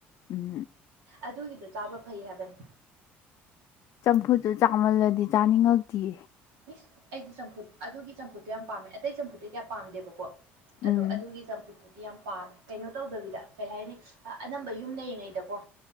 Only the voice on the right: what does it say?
ꯑꯗꯨꯒꯤꯗꯣ ꯆꯥꯕ ꯐꯩ ꯍꯥꯏꯕꯅꯤ
ꯏꯁ ꯑꯩꯗꯤ ꯆꯝꯐꯨꯠ ꯑꯗꯨꯒꯤ ꯆꯝꯐꯨꯠꯇꯣ ꯌꯥꯝ ꯄꯥꯝꯃꯦ ꯑꯇꯩ ꯆꯝꯐꯨꯠꯇꯤ ꯀꯌꯥ ꯄꯥꯝꯗꯦꯕꯀꯣ ꯑꯗꯣ
ꯑꯗꯨꯒꯤ ꯆꯝꯐꯨꯇ꯭ꯔ ꯌꯥꯝ ꯄꯥꯝꯃꯦ ꯀꯩꯅꯣ ꯇꯧꯗꯕꯤꯗ ꯀꯩ ꯍꯥꯏꯅꯤ ꯑꯅꯝꯕ ꯌꯨꯝ ꯂꯩꯔꯤꯉꯩꯗꯀꯣ